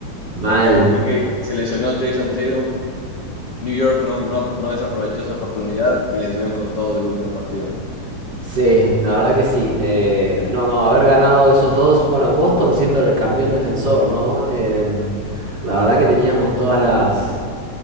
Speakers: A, on the right; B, on the left.
A: Mal.
B: porque ahorita que se lesionó Jason Tatum, New York no, no, no desaprovechó esa oportunidad y les dieron con todo del último partido.
A: Sí, la verdad que sí. Eh, no, no, haber ganado esos dos, bueno, Boston siendo el campeón defensor, ¿no? Em, la verdad que teníamos todas las,